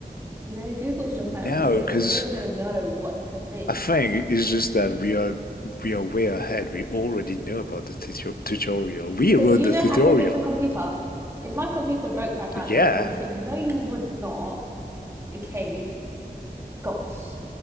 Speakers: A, on the right (about 15°); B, on the left (about 60°).
A: You know, Google's just
B: No,
A: like reading.
B: because
A: You're not even going to know what to fix.
B: I think it's just that we are we are way ahead. We already know about the tuto- tutorial. We
A: So
B: wrote
A: you
B: the
A: know
B: tutorial.
A: how to fix a computer. If my computer broke right now,
B: Yeah.
A: you'd be able to fix. No, you would not. Okay, gosh,